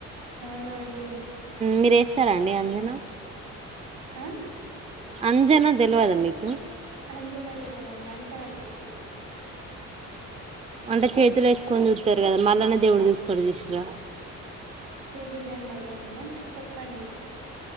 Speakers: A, on the right (about 80°); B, on the right (about 20°).
A: అవునా అండి
B: మీరేస్తారా అండి అంజనా
A: ఆ
B: అంజనా తెలివదా మీకు
A: అంజనా తెల్వదండి అంచనా తెలుసు
B: అంటే చేతులు ఎసుకొని చూతారు కదా మల్లన్న దేవుడు చూస్తడు చూసిర్ర
A: తెలిదండి అదేంటో చెప్పండి